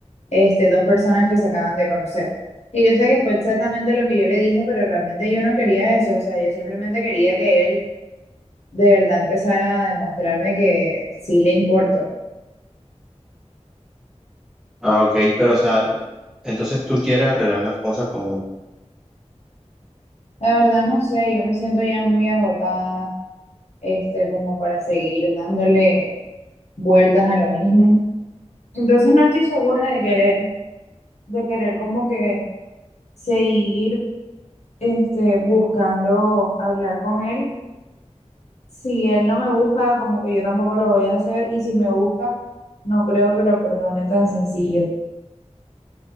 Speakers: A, on the left (about 70°); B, in the centre.
A: este, dos personas que se acaban de conocer. Y yo sé que fue exactamente lo que yo le dije, pero realmente yo no quería eso, o sea, yo simplemente quería que él de verdad empezara a demostrarme que sí le importo.
B: Ah, ok, pero o sea, entonces tú quieres arreglar las cosas con él.
A: La verdad no sé, yo me siento ya muy agotada, este, como para seguir dándole vueltas a lo mismo. Entonces no estoy segura de querer, de querer como que seguir este, buscando hablar con él. Si él no me busca, como que yo tampoco lo voy a hacer, y si me busca, no creo que lo perdone tan sencillo.